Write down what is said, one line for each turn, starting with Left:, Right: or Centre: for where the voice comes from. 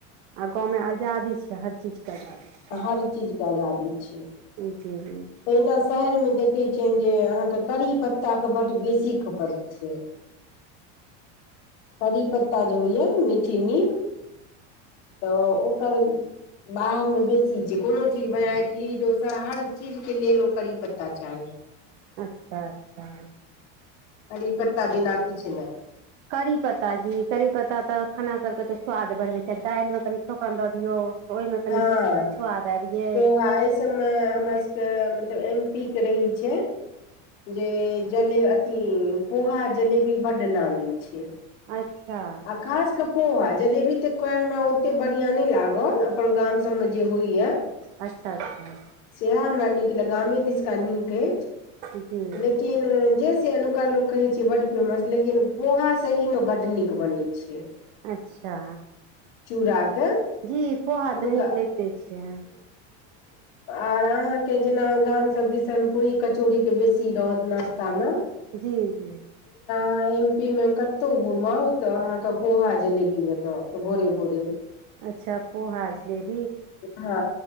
Right: आ गाँवं आजादी छैय हर चीज के आजादी छै
Left: हर चीज के आजादी छैय
Right: जी
Left: तहिना शहर मे देखैत छियनि जे अहाँके करी पत्ताक बड्ड बेसी खपत छैय। करी पत्ता जे होइ य ने मीठी नीम तऽ ओकर बाहरमे बेसी छैय कोनो चीज बना इडली डोसा हर चीजके लेल ओ करी पत्ता चाही।
Right: अच्छा अच्छा
Left: कढ़ी पत्ता बिना किछ नहि।
Right: करि पत्ता जी करि पत्ता तऽ खानासभके तऽ स्वाद बनबै छैय दालिमे कनि छौकन दऽ दियौ। ओहिमे कनि
Left: हँ
Right: स्वाद आबि गेल
Left: तह अइ सबमे हमरा सब त मतलब एम पी के रहै छैय। जे जले अथी पोहा जलेबी बड्ड नामी छैय।
Right: अच्छा
Left: आ खासके पोहा जलेबी तऽ कढ़िमे ओतेक बढ़िआँ नहि लागल। अपन गाम सबमे जे होइ ह
Right: अच्छा अच्छा
Left: सेह हमरा नी गामे दिसका नीक अछि
Right: जी
Left: लेकिन जे से एनुका लोक कहै छैैय बड फेमस लेकिन पोहा सही में बड नीक बनै छैय।
Right: अच्छा
Left: चूराक
Right: जी पोहा
Left: अतूका
Right: तऽ नीक लगिते छै
Left: आर अहाँके जेना गाम सब दिसन पूरी कचौड़ी के बेसी रहत नासता में
Right: जी
Left: अहाँ एम पी मे कतहु घुमब तऽ अहाँके पोहा जलेबी भेटत भोरे भोरे।
Right: अच्छा पोहा आ जलेबी
Left: हँ